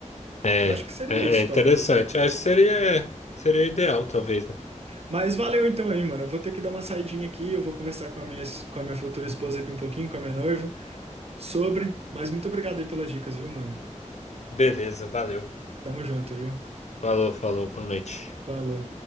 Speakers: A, on the left (about 60°); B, on the right (about 55°).
A: É,
B: Eu acho que seria
A: é,
B: isso,
A: é interessante.
B: talvez.
A: Acho que seria, seria ideal, talvez, né?
B: Mas valeu então aí, mano. Eu vou ter que dar uma saidinha aqui, eu vou conversar com a minha, es- com a minha futura esposa aqui um pouquinho, com a minha noiva, sobre. Mas muito obrigado aí pelas dicas, viu, mano?
A: Beleza, valeu.
B: Tamo junto, viu?
A: Falou, falou, boa noite.
B: Falou.